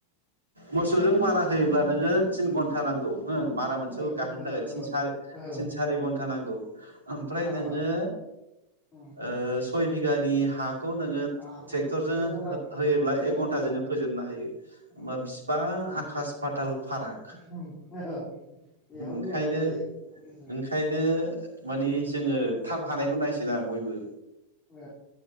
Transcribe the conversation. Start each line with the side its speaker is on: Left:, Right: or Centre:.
Right: मोसौजों मारा होयोब्ला नोङो थिन घन्टा नांगौ हो मारा मोनसे
Left: औ थिन
Right: गाहोनो
Left: घन्टा
Right: थाखाय
Left: नांगौ
Right: थिन सारि तिन
Left: औ
Right: सारि घन्टा नांगौ ओमफ्राय
Left: नाङाबा
Right: नोङो
Left: ओम
Right: ओ सय बिगानि हा खौ नोङो
Left: आंहाथ'
Right: ट्रेक्टर जों
Left: एक घन्टा
Right: होयोब्ला एक
Left: घन्टाबो
Right: घन्टाजोंनो
Left: नाङा
Right: फोजोबनो हायो हबा
Left: ओम
Right: बिसिबां हा खास फाताल फाराग
Left: औ बेयाव
Right: ओंखायनो
Left: गोमाया जायो
Right: ओंखायनो मानि
Left: उम
Right: जोङो थाब हानायखौ नायसोना बयबो।
Left: उम